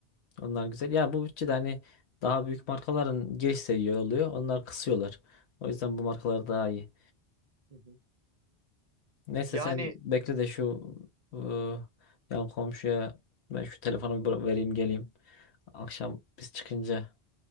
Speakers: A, on the left (about 75°); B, on the right (about 40°).
A: Onlar güzel. Ya bu bütçede hani daha büyük markaların giriş seviye oluyor. Onlar kısıyorlar. O yüzden bu markalar daha iyi.
B: Hı hı.
A: Neyse
B: Yani
A: sen bekle de şu ıı, yan komşuya ben şu telefonu bir vereyim geleyim. Akşam biz çıkınca